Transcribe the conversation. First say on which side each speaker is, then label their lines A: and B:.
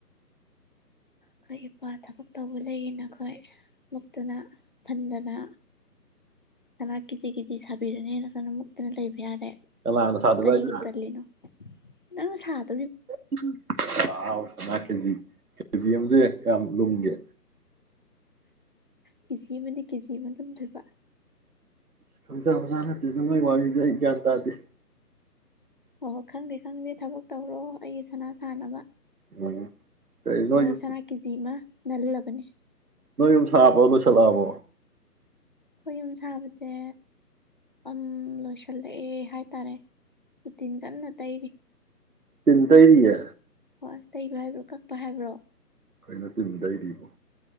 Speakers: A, on the left; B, on the right.
A: ꯑꯈꯣꯏ ꯏꯄꯥ ꯊꯕꯛ ꯇꯧꯕ ꯂꯩꯑꯅ ꯑꯈꯣꯏ ꯃꯨꯛꯇꯅ ꯐꯟꯗꯅ ꯁꯅꯥ ꯀꯤꯖꯤ ꯀꯤꯖꯤ ꯁꯥꯕꯤꯔꯅꯦ ꯅ ꯁꯣꯝꯗ ꯃꯨꯛꯇꯅ ꯂꯩꯕ ꯌꯥꯔꯦ
B: ꯀꯅꯥꯅ ꯁꯥꯗꯣꯏꯕ
A: ꯀꯔꯤꯒꯤ
B: ꯑꯩꯅ
A: ꯇꯜꯂꯤꯅꯣ ꯅꯪ ꯁꯥꯠ
B: <unintelligible> ꯖꯤꯑꯦꯝꯖꯦ ꯀꯌꯥꯝ ꯂꯨꯝꯒꯦ
A: ꯀꯦ ꯖꯤ ꯑꯃꯅꯤ ꯀꯦꯖꯤ ꯑꯃ ꯂꯨꯝꯗꯣꯏꯕ
B: ꯑꯁ ꯈꯪꯖꯕꯖꯥ ꯅꯠꯇꯦꯗ ꯅꯣꯏ ꯋꯥꯔꯤꯖꯦ ꯑꯩ ꯒ꯭ꯌꯥꯟ ꯇꯥꯗꯦ
A: ꯍꯣ ꯍꯣ ꯈꯪꯗꯦ ꯈꯪꯗꯦ ꯊꯕꯛ ꯇꯧꯔꯣ ꯑꯩꯒꯤ ꯁꯅꯥ ꯁꯥꯅꯕ
B: ꯎꯝ ꯀꯩ
A: ꯅꯉꯣꯟꯗ
B: ꯅꯣꯏ ꯌꯨ
A: ꯁꯅꯥ ꯀꯦꯖꯤ ꯑꯃ ꯅꯜꯂꯕꯅꯦ
B: ꯅꯣꯏ ꯌꯨꯝ ꯁꯥꯕ ꯂꯣꯏꯁꯜꯂꯑꯕꯣ
A: ꯈꯣꯏ ꯌꯨꯝ ꯁꯥꯕꯖꯦ ꯑꯝ ꯂꯣꯏꯁꯜꯂꯛꯑꯦ ꯍꯥꯏ ꯇꯔꯦ ꯎꯇꯤꯟ ꯀꯟꯅ ꯇꯩꯔꯤ
B: ꯇꯤꯟꯇꯩꯔꯤꯌꯦ
A: ꯍꯣꯏ ꯇꯩꯕ ꯍꯥꯏꯕ꯭ꯔꯣ ꯀꯛꯄ ꯍꯥꯏꯕ꯭ꯔꯣ
B: ꯀꯩꯅꯣ ꯇꯤꯟꯇꯩꯔꯤꯕꯣ